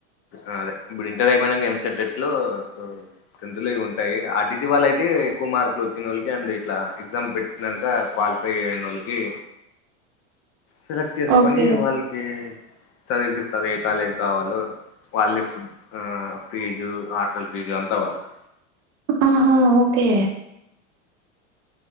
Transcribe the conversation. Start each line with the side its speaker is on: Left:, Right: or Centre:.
Left: ఆ అదే ఇప్పుడు ఇంటర్ అయిపోయినంక ఎంసెట్ ఎట్లో సో టెన్త్ లో ఇవి ఉంటాయి ఆర్డిటి వాళ్ళయితే ఎక్కువ మార్కులు వచ్చిన వాళ్ళకే అండీ ఇట్లా ఎగ్జామ్ పెట్ నంకా క్వాలిఫై అయినోళ్ళకీ సెలెక్ట్ చేసుకొనీ
Right: ఓకే.
Left: వాళ్ళక్ కీ చదివిపిస్తారు ఏ కాలేజ్ కావాలో వాల్లే ఫుడ్ ఆ ఫీజు హాస్టల్ ఫీజు అంతా వాళ్ళదే
Right: ఆహా ఓకే